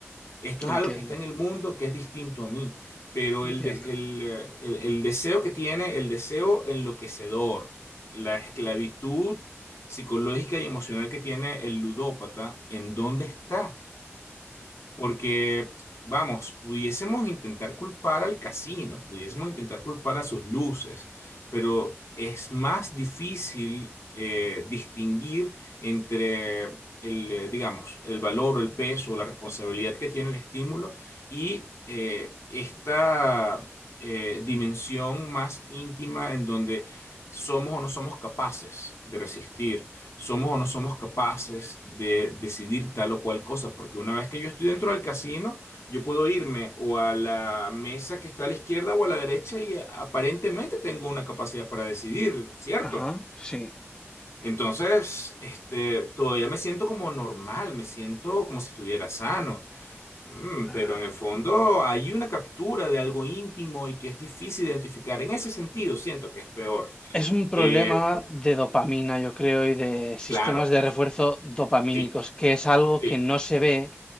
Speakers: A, on the left; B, on the left.
A: Esto
B: entiendo,
A: es algo que está en el mundo que es distinto a mí, pero
B: entiendo.
A: el, des- el, eh, el- el deseo que tiene, el deseo enloquecedor, la esclavitud psicológica y emocional que tiene el ludópata, ¿en dónde está? Porque, vamos, pudiésemos intentar culpar al casino, pudiésemos intentar culpar a sus luces, pero es más difícil eh, distinguir entre el, eh, digamos, el valor o el peso o la responsabilidad que tiene el estímulo y eh, esta eh, dimensión más íntima en donde somos o no somos capaces de resistir somos o no somos capaces de decidir tal o cual cosa, porque una vez que yo estoy dentro del casino, yo puedo irme o a la mesa que está a la izquierda o a la derecha y eh, aparentemente tengo una capacidad para decidir, ¿cierto?
B: Ajá, sí.
A: Entonces, este, todavía me siento como normal, me siento como si estuviera sano, Mm,
B: Ah,
A: pero en el fondo hay una captura de algo íntimo y que es difícil identificar. En ese sentido, siento que es peor.
B: Es un problema
A: Eh,
B: de dopamina, yo creo, y de sistemas
A: claro,
B: de refuerzo dopamínicos,
A: sí,
B: que es algo
A: sí,
B: que no se ve,